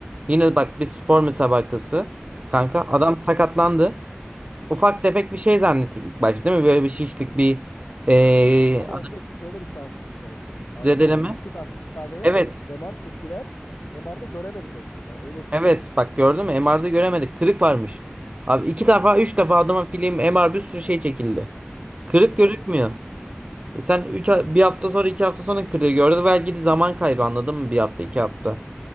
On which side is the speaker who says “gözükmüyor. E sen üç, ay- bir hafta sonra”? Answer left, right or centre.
Right